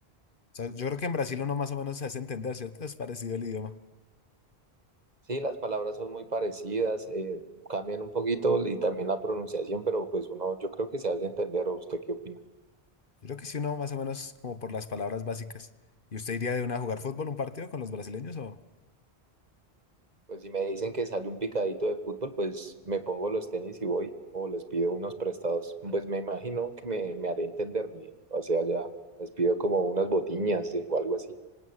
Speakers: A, on the left; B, on the right.
A: O sea, yo creo que en Brasil uno más o menos se hace entender, ¿cierto? Es parecido el idioma.
B: Sí, las palabras son muy parecidas, eh, cambian un poquito y también la pronunciación, pero pues uno, yo creo que se hace entender, ¿o usted qué opina?
A: Yo creo que sí, uno más o menos como por las palabras básicas. ¿Y usted iría de una a jugar fútbol, un partido con los brasileños o...?
B: Pues si me dicen que sale un picadito de fútbol, pues me pongo los tenis y voy, o les pido unos prestados. Pues me imagino que me, me haré entenderme, o sea, ya les pido como unas botiñas eh, o algo así.